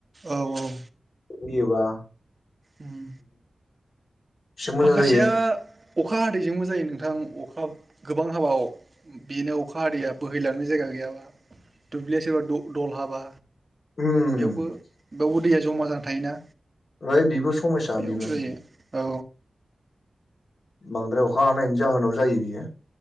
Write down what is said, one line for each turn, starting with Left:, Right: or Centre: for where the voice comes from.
Right: औ औ।
Left: बियोबा।
Right: उम
Left: एसे मोजां
Right: माखासेया
Left: जायो।
Right: अखा हादैजोंबो जायो नोंथां अखा गोबां हाबा बेनो अखा हादैया बोहैलांनो जायगा गैया। दुब्लिया सोरबा दल हाबा
Left: उम ओमफ्राय
Right: बेयावबो बेयावबो दैया जमा जाना थायोना।
Left: ओइ बेबो समयसा
Right: बेयाव
Left: बेबो
Right: जायो औ
Left: बांद्राय अखा हानायनि जाहोनाव जायो बियो।